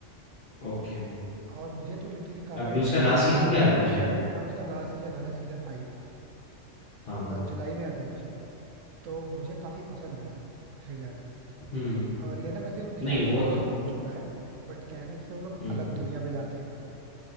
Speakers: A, on the left; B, on the right.
A: ओके
B: और मुझे तो लिटरली काफी
A: अभी
B: इंटरेस्टिंग
A: उसका लास्ट
B: मतलब
A: सीजन भी आ रहा है ना शायद
B: हाँ उसका लास्ट सीजन आ रहा है सीजन फाइव
A: हाँ हाँ
B: जुलाई में आ जाएगा शायद तो मुझे काफी पसंद है थ्रिलर
A: हम्म
B: और ये ना वैसे वो दिखाता
A: नहीं वो
B: तो थोड़ा
A: तो
B: बच्चों का है बट क्या है ना जैसे वो लोग
A: हम्म
B: अलग दुनिया में जाते हैं